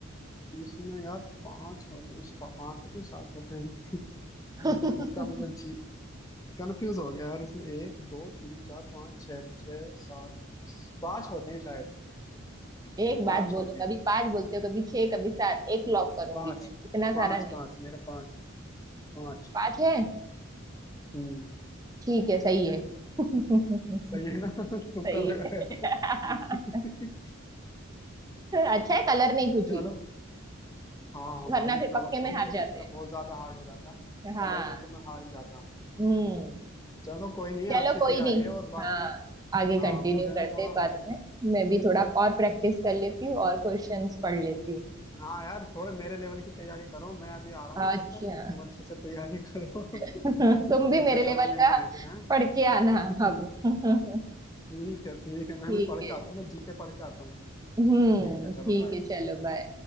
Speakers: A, on the left (about 15°); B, on the right (about 20°).
A: इसमें यार पांच होते हैं इस पा, पांच होते हैं सात होते हैं
B: <laughs>
A: <laughs> इसका मुझे जी कंफ्यूज हो गया यार इसमें एक दो तीन चार पाँच छः छः सात पांच होते हैं शायद
B: एक बात
A: पांच
B: बोलो
A: होते
B: कभी
A: हैं
B: पांच बोलते हो कभी छह कभी सात एक लॉक करूंगी
A: पांच
B: मैं इतना
A: पांच
B: सारा नहीं
A: पांच मेरे पांच पांच
B: पांच है
A: हम्म
B: ठीक है सही है <laughs>
A: सही है ना <laughs> तुक्का
B: सही
A: लगाया
B: है
A: था <laughs>
B: <laughs> अच्छा है कलर नहीं पूछी
A: चलो हाँ हाँ
B: वरना
A: भाई
B: फिर
A: कलर
B: पक्के
A: तो
B: में हार जाते
A: मतलब
B: हैं
A: बहुत ज्यादा हार्ड हो जाता
B: हाँ
A: कलर में तो मैं हार ही जाता
B: हम्म
A: चलो कोई नहीं
B: चलो
A: अच्छी
B: कोई
A: तैयारी
B: नहीं
A: है और बाकी
B: हाँ आगे
A: हाँ
B: कंटिन्यू
A: मुझे ना
B: करते
A: थोड़ा
B: हैं बाद में मैं भी थोड़ा और प्रैक्टिस कर लेती हूँ और क्वेश्चंस पढ़ लेती हूँ
A: हाँ यार थोड़े मेरे लेवल की तैयारी करो मैं अभी आ रहा
B: अच्छा
A: हूँ तब तक तुम अच्छे से तैयारी करो
B: <laughs>
A: <laughs> ठीक
B: तुम भी मेरे
A: है चलो
B: लेवल
A: मिलते
B: का
A: हैं फिर हाँ <laughs>
B: पढ़ के आना
A: ठीक
B: अब <laughs>
A: है ठीक है मैं
B: ठीक
A: भी पढ़ के
B: है
A: आता हूँ मैं जी के पढ़ के आता हूँ
B: हम्म
A: ठीक है चलो
B: ठीक
A: बाय
B: है चलो बाय